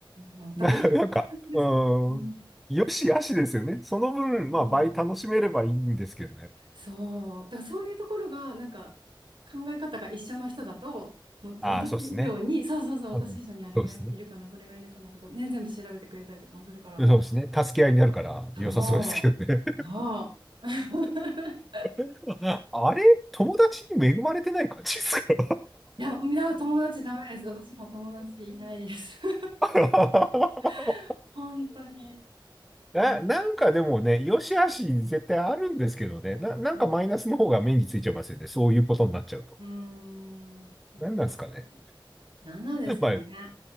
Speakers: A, on the right (about 65°); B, in the centre.
A: まあ、お互いにあるんですけど。
B: な、なんか、う
A: うん、
B: ーん。よしあしですよね。その分、
A: そう、
B: まあ、倍楽しめればいいんですけどね。
A: そうだからそういうところが、なんか考え方が一緒の人だと、もう私以上に、
B: ああ、そうですね。
A: そうそうそう、私以上にあれがいるかな、
B: あのそうですね。
A: これがいるかなとか、ね、全部調べてくれたりとかもするから。
B: そうですね。助け合いになるから良さそうですけどね。
A: そう、そう。<laughs>
B: <laughs> あれ友達に恵まれてない感じですか
A: いや、いや、友達ダメです。私も友達いないです。<laughs>
B: <laughs>
A: <laughs> 本当に、
B: な、
A: な、
B: なんかでもね、良し悪し絶対あるんですけどね。な、なんかマイナスの方が目についちゃいますよね。
A: そ
B: そういうことになっちゃうと。
A: う、うーん、難しい。
B: なんなんですかね。
A: 何なんですかね。
B: まあ、